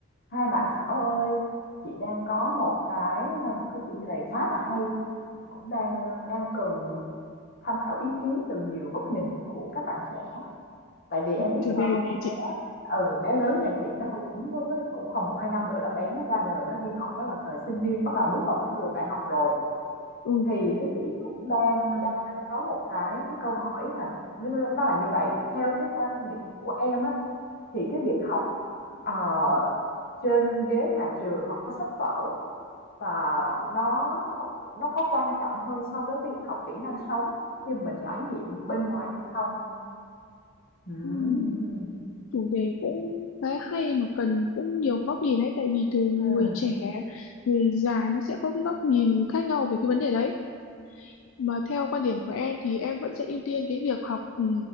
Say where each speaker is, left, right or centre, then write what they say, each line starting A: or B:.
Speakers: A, on the left; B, on the left.
A: Hai bạn Thảo ơi, chị đang có một cái à, một cái chủ đề khá là hay cũng đang à, đang cần tham khảo ý kiến từ nhiều góc nhìn của các bạn trẻ. Tại vì em biết
B: chủ
A: sao
B: đề
A: không
B: gì
A: bé
B: chị
A: ừ bé lớn nhà chị nó cũng nó cũng còn một hai năm nữa là bé nó ra đời nó đi học nó là thời sinh viên bắt đầu bước vào giảng đường đại học rồi
B: ừ
A: thì nó chị cũng đang đang đang có một cái cái câu hỏi là nó, nó là như vậy thì theo cái quan niệm của em á thì cái việc học ờ, trên ghế nhà trường học có sách vở và nó nó có quan trọng hơn so với việc học kỹ năng sống khi mình trải nghiệm bên ngoài hay không? Ừ
B: Ừm,
A: ừ
B: chủ đề cũng khá hay mà cần cũng nhiều góc nhìn ấy tại vì thường
A: ừ
B: người trẻ người già nó sẽ có cái góc nhìn khác nhau về cái vấn đề đấy mà theo quan điểm của em thì em vẫn sẽ ưu tiên cái việc học ừ,